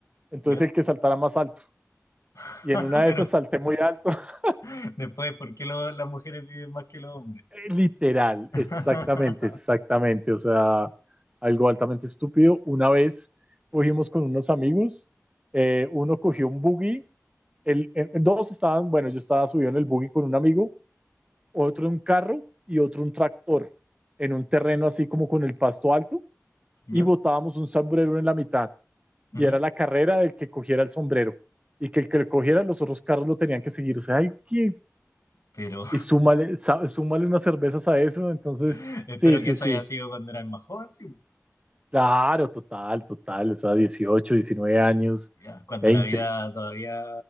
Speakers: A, on the right (about 20°); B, on the left (about 85°).
A: entonces
B: ¿Ya?
A: el que saltara más alto.
B: <laughs>
A: Y en una de
B: Pero,
A: esas salté muy alto, <laughs>
B: <laughs> Después, ¿por qué lo- las mujeres viven más que los hombres?
A: literal,
B: <laughs>
A: exactamente, exactamente, o sea, algo altamente estúpido. Una vez cogimos con unos amigos, eh, uno cogió un buggy El, en, en dos estaban, bueno, yo estaba subido en el buggy con un amigo, otro en un carro y otro un tractor en un terreno así como con el pasto alto
B: ¿Ya?
A: y botábamos un sombrero en la mitad
B: ujú.
A: y era la carrera del que cogiera el sombrero y que el que lo cogiera los otros carros lo tenían que seguir. O sea, hay que
B: Pero
A: y súmale, súmale unas cervezas a eso. Entonces,
B: <laughs> espero
A: sí, sí,
B: que eso
A: sí.
B: haya sido cuando eras más joven, sí, po.
A: Claro, total, total. O sea, dieciocho diecinueve años,
B: Ya, cuando
A: veinte
B: la vida todavía